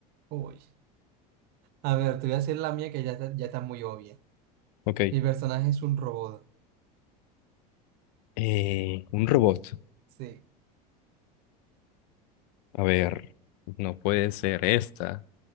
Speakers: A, on the right; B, on the left.
A: Uy. A ver, te voy a decir la mía que ya está, ya está muy obvia.
B: ok.
A: Mi personaje es un robot.
B: Eh, un robot.
A: Sí.
B: A ver, no puede ser esta.